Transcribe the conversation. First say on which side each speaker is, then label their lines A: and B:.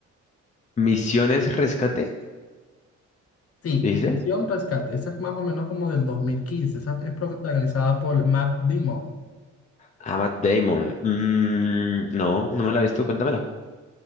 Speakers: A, on the left; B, on the left.
A: Misiones Rescate,
B: Sí,
A: dice.
B: Misión Rescate, esa es más o menos como del 2015, esa es protagonizada por Matt Damon.
A: Ah, Matt Damon. Mm, no, no me la he visto, cuéntamela.